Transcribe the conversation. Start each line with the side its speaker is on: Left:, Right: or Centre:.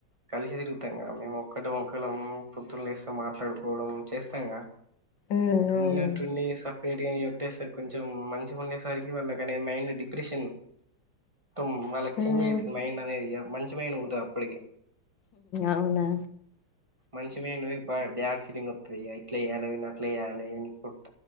Right: కలిసి తిరుగుతాంగా మేము ఒక్కట మొక్కలం పొద్దున్న లేస్తే మాట్లాడుకోవడం చేస్తాంగా
Left: ఉమ్ అవును
Right: ఉన్నట్టుండి హ రేట్ కాని ఒకట్టేసరికి కొంచెం మంచిగా ఉండేసరికి వాళ్ళకనే మైండ్ డిప్రెషన్ హం వాళ్ళకి చేంజ్
Left: ఉమ్
Right: అవుతుంది మైండ్ అనేది మంచి మైండ్ ఉంటది అప్పటికకి
Left: అవునా
Right: మంచి మైండ్ పోయి బ్యడ్ ఫీలింగ్ వస్ ఇట్లా చేయాలి విప్పి అట్లా చేయాలి అనుకుంట